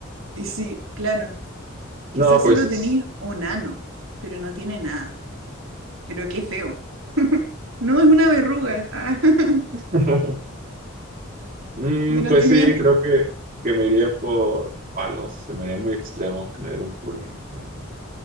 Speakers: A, on the right; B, on the right.
A: Y sí, claro.
B: No,
A: Quizás
B: pues
A: solo
B: es-
A: tenís un ano, pero no tiene nada. Pero qué feo. <laughs> No es una verruga. ah, <laughs>
B: <laughs> Mm,
A: de nacimiento.
B: pues sí, creo que, que me iría por palos. Se me haría muy extremo tener un pool. en la cara.